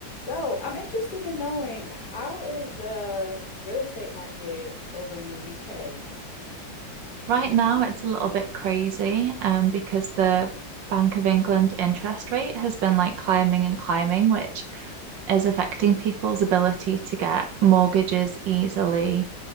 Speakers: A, on the left; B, on the right.
A: So I'm interested in knowing how is the real estate market over in the UK?
B: Right now, it's a little bit crazy um, because the Bank of England interest rate has been like climbing and climbing, which is affecting people's ability to get mortgages easily.